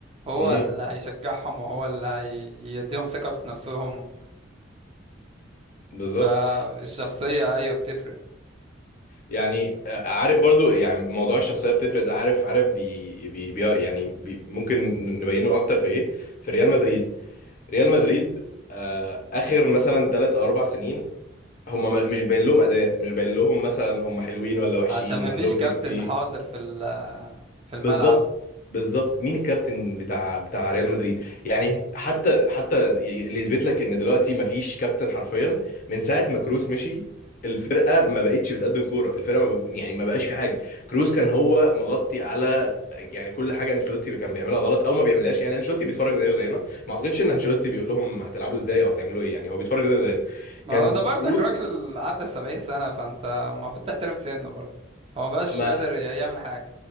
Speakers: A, on the right; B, on the left.
A: هو
B: رونالدو
A: اللي هيشجعهم وهو اللي هيديهم ثقة في نفسهم
B: بالظبط
A: فالشخصية ايوه بتفرق
B: يعني آه، عارف برضو يعني موضوع الشخصيه بتفرق ده عارف عارف بي بي بي يعني بي ممكن نبينه اكتر في ايه في ريال مدريد ريال
A: مم.
B: مدريد آه اخر مثلا ثلاث او اربع سنين هم مش باين لهم اداء مش باين لهم مثلا هم حلوين ولا وحشين
A: عشان ما
B: عندهم
A: فيش كابتن
B: تكتيك
A: حاضر في ال في الملعب
B: بالظبط بالظبط مين الكابتن بتاع بتاع ريال مدريد يعني حتى حتى اللي يثبت لك ان دلوقتي مفيش كابتن حرفيا من ساعه ما كروس مشي الفرقه ما بقتش بتقدم كوره الفرقه ما ب... يعني ما بقاش في حاجه كروس
A: مم.
B: كان هو مغطي على يعني كل حاجه انشيلوتي كان بيعملها غلط او ما بيعملهاش يعني انشيلوتي بيتفرج زيه زينا ما اعتقدش ان انشيلوتي بيقول لهم هتلعبوا ازاي او هتعملوا ايه يعني هو بيتفرج زيه زينا
A: ما
B: كان
A: هو ده برضك
B: كروس
A: راجل عدى 70 سنة فانت المفروض تحترم سنه برضه هو مبقاش
B: ما
A: قادر يعمل حاجة